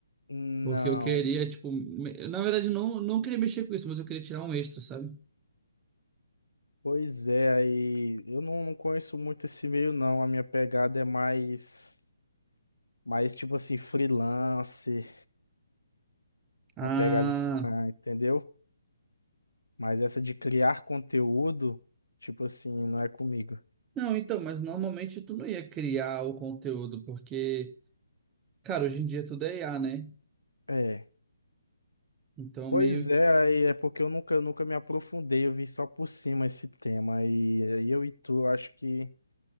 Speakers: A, on the left (about 80°); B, on the right (about 15°).
A: Não.
B: porque eu queria, tipo, me- na verdade não, não queria mexer com isso, mas eu queria tirar um extra, sabe?
A: Pois é, aí eu não, não conheço muito esse meio, não. A minha pegada é mais, mais tipo assim, freelancer.
B: Ah,
A: Uma pegada assim, ah, entendeu? Mas essa de criar conteúdo, tipo assim, não é comigo.
B: não, então, mas normalmente tu não ia criar o conteúdo, porque, cara, hoje em dia tudo é IA, né?
A: É.
B: Então,
A: Pois
B: meio que.
A: é, aí é porque eu nunca, eu nunca me aprofundei, eu vi só por cima esse tema. E aí eu e tu, acho que